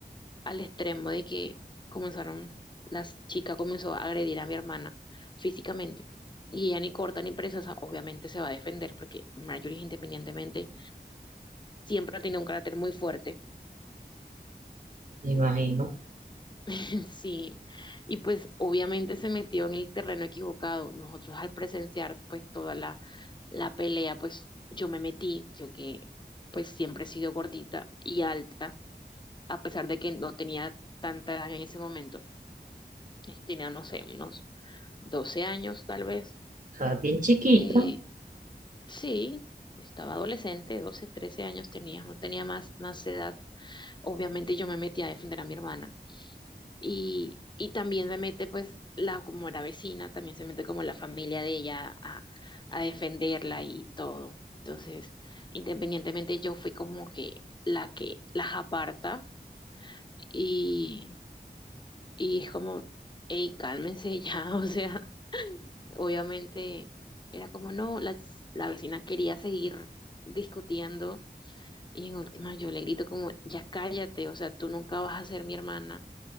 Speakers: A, on the left (about 25°); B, on the right (about 50°).
A: al extremo de que comenzaron, las chicas comenzó a agredir a mi hermana físicamente. Y ella ni corta ni preciosa, obviamente se va a defender, porque Marjorie, independientemente, siempre ha tenido un carácter muy fuerte.
B: imagino.
A: <laughs> Sí. Y pues obviamente se metió en el terreno equivocado. Nosotros al presenciar pues toda la, la pelea, pues yo me metí, yo que pues siempre he sido gordita y alta, a pesar de que no tenía tanta edad en ese momento. eh, Tenía, no sé, unos 12 años tal vez.
B: Estaba bien chiquita,
A: Eh, sí, estaba adolescente, 12 13 años tenía, no tenía más, más edad. Obviamente yo me metí a defender a mi hermana y, y también se mete pues la, como era vecina, también se mete como la familia de ella a, a defenderla y todo. Entonces, independientemente yo fui como que la que las aparta y, y es como, hey, cálmense ya, <laughs> o sea, Obviamente era como no, la, la vecina quería seguir discutiendo y en última yo le grito como, ya cállate, o sea, tú nunca vas a ser mi hermana